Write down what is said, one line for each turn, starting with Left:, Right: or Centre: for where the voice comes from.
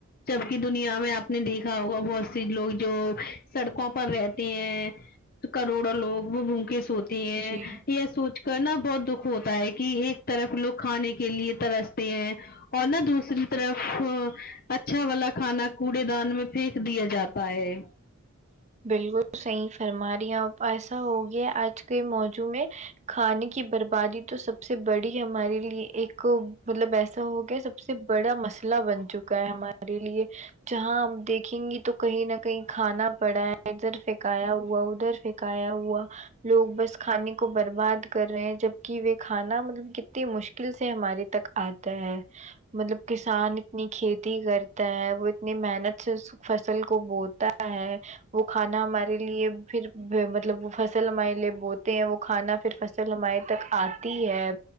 Left: جبک دنیا میں آپ نے دیکھا ہوگا بہت سی لوگ جو سڑکوں پر رہتے ہیں کروڑوں لوگ وہ بھوکے سوتی ہیں
Right: جی
Left: یہ سوچ کر نا بہت دکھ ہوتا ہے کہ ایک طرف لوگ کھانے کے لیے ترستے ہیں اور نہ دوسری طرف اچھا والا کھانا کوڑے دان میں پھینک دیا جاتا ہے
Right: بالکل صحیح فرما رہی ہے اپ ایسا ہو گیا آج کے موضوع میں کھانے کی بربادی تو سب سے بڑی ہمارے لیے ایک مطلب ایسا ہو گیا سب سے بڑا مسئلہ بن چکا ہے ہمارا ہمارے لیے جہاں ہم دیکھیں گی تو کہیں نہ کہیں کھانا پڑا ہے ادھر پکایا ہوا ادھر پکایا ہوا لوگ بس کھانے کو برباد کر رہے ہیں جبک وہ کھانا مطلب تی مشکل سے ہماری تک آتا ہے مطلب کسان اتنی کھیتی کرتا ہے وہ اتنی محنت سے اس فصل کو بوتا ہے وہ کھانا ہمارے لیے پھر مطلب وہ فصل ہمارے لیے بوتے ہیں وہ کھانا پھر فصل ہمارے تک آتی ہے